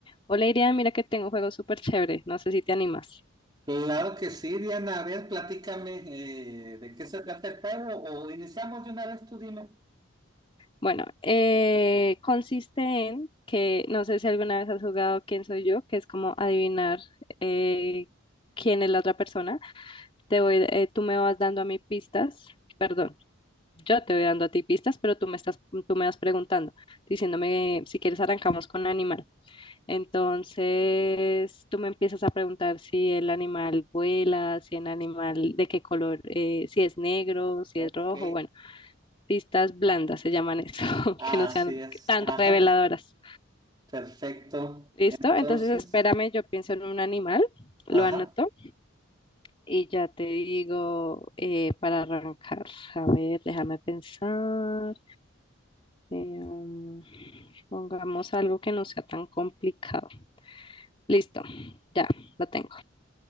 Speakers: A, on the left (about 25°); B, on the right (about 20°).
A: Hola Irian, mira que tengo un juego súper chévere, no sé si te animas.
B: Claro que sí, Diana. A ver, platícame eh, de qué se trata el juego o iniciamos de una vez, tú dime.
A: Bueno, eh, consiste en que, no sé si alguna vez has jugado Quién soy yo, que es como adivinar eh, quién es la otra persona. Te voy, eh, tú me vas dando a mí pistas, perdón, yo te voy dando a ti pistas, pero tú me estás, tú me vas preguntando, diciéndome si quieres arrancamos con animal. Entonces, tú me empiezas a preguntar si el animal vuela, si el animal de qué color, eh, si es negro, si
B: Ok,
A: es rojo, bueno. Listas blandas se llaman eso, <laughs>
B: así
A: que no sean
B: es.
A: tan
B: Ajá,
A: reveladoras.
B: perfecto.
A: ¿Listo?
B: Entonces,
A: Entonces espérame, yo pienso en un animal, lo
B: ajá.
A: anoto y ya te digo eh, para arrancar. A ver, déjame pensar. Eh, um, pongamos algo que no sea tan complicado. Listo, ya lo tengo.